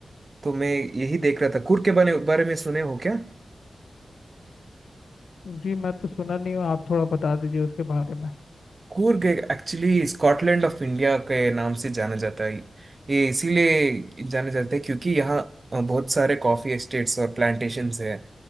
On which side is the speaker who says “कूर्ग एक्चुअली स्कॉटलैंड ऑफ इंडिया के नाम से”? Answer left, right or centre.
Right